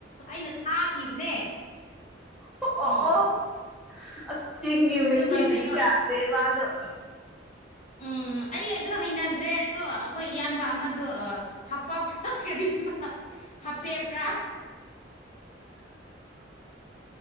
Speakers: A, on the left; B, in the centre.
A: ꯑꯩꯅ ꯊꯥꯈꯤꯕꯅꯦ
B: ꯑꯣ
A: ꯎꯝ
B: ꯑꯣ ꯑꯣ ꯑꯁ ꯆꯤꯡꯒꯤ
A: ꯑꯗꯨꯒ
B: ꯃꯦꯛꯁꯤꯗꯨꯗꯤ
A: ꯀꯩꯅꯣ
B: ꯌꯥꯗꯦꯕꯥꯗꯣ
A: ꯎꯝ ꯑꯩ ꯑꯗꯨ ꯍꯩꯅꯗ꯭ꯔꯦ ꯑꯗꯣ ꯑꯩꯈꯣꯏ ꯏꯌꯥꯝꯕ ꯑꯃꯗꯣ ꯍꯥꯞꯄꯛ ꯀꯅꯤ ꯍꯥꯞꯄꯦꯞꯔꯥ